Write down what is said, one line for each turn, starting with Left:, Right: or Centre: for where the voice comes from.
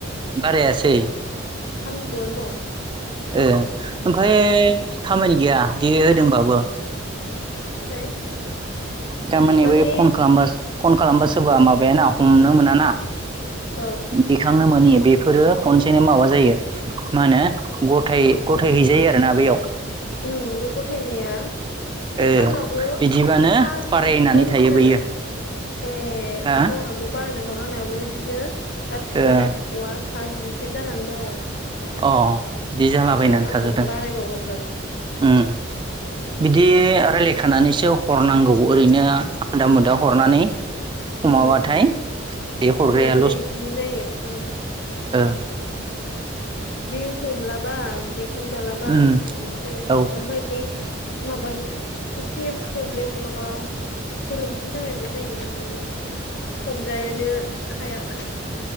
Right: बारायसेै।
Left: थामजिद'आनो दं।
Right: ए ओमफ्राय खामानि गैया बे होदोंबाबो।
Left: ओमफ्राय
Right: थारमाने
Left: माने
Right: बे फन खालामबासो फन खालामबा सोरबा माबायाना हमनो मोनाना
Left: औ
Right: दिखांनो मोनि बेफोरो खनसेनो माबा जायो मा होनो गथाय- गथाय हैैजायो आरोना बेयाव।
Left: उम बे गथायनाया
Right: ओ
Left: आंनाबो
Right: बिदिबानो
Left: सा जि
Right: बारायनानै
Left: जनसो
Right: थायो
Left: जादों।
Right: बैयो
Left: ए होमबाथ'अनाथ'
Right: हा
Left: बारायनानै दं आंनाबो बिदिनो लाथिख'-लाथिख'
Right: ओ
Left: आ सा जिसो जानानै दङ।
Right: अ बिदि जालाबायनानै
Left: होमबाथ' आंनाबो
Right: थाजोबदों।
Left: बारायबावगोनदां
Right: उम बिदि रायलायखानानैसो हरनांगौ ओरैनो आदा मुदा हरनानै हमाबाथाय
Left: उह
Right: बे हरग्राया
Left: हमाबाथाय बिदिनो जायो उम।
Right: औ।
Left: बे हमलाबा दैखांजालाबा
Right: उम
Left: बिदि जाबाय
Right: औ
Left: ओमफ्राय माबानि एसे प्रब्लेम माबा गोरोन्थिनि थाखायबो जायो माने बिदि हमजोनो हायाबा।